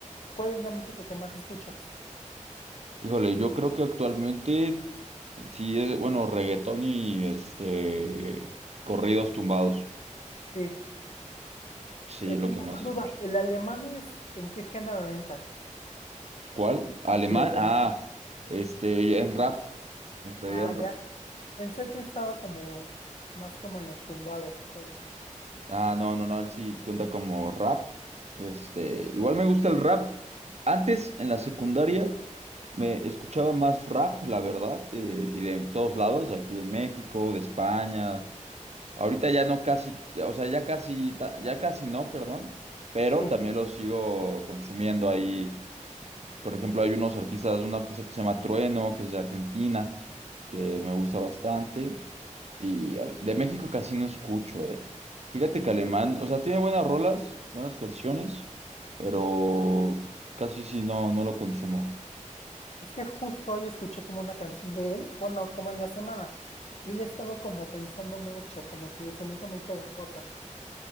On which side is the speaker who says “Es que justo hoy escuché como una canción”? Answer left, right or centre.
Left